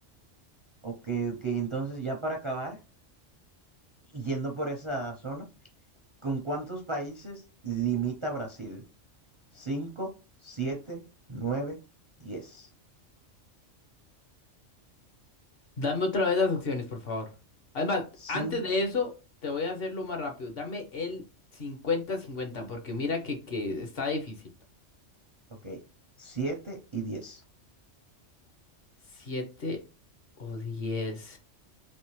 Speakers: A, on the right; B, on the left.
A: Ok, ok, entonces ya para acabar, y yendo por esa zona, ¿con cuántos países limita Brasil? Cinco, siete, nueve, diez.
B: Dame otra vez las opciones, por favor. Además,
A: Cinco,
B: antes de eso, te voy a hacerlo más rápido. Dame el cincuenta-cincuenta, porque mira que, que está difícil.
A: ok, siete y diez.
B: 7 o 10.